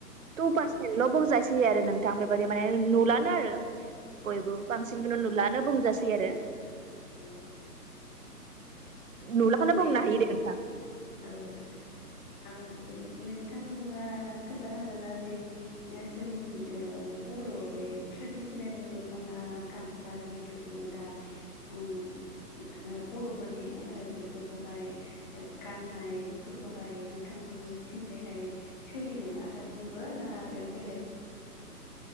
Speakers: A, on the right; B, on the left.
A: टु पारसेन्टल बुंजायसै आरो नोंथां बेबायादि माने नुलानो आरो बयबो बांसिनखौनो
B: औ
A: नुलानो बुंजासै आरो
B: औ
A: नुलाखौनो
B: बे
A: बुंनो हायो दे नोंथां
B: औ नोथां आं नोंथाङा खोन्थानो हागोनना दि जोंनि ओ बर' बे ट्रेडिसनेल दखना गाम सा जिहथु जोङो दा उम बर'फोरनि बेफोरखौहाय गाननाय बेफोरखौहाय नोंथांमोननिथिंजायहाय सोलियोना दासिमबो ना आरो बेलेग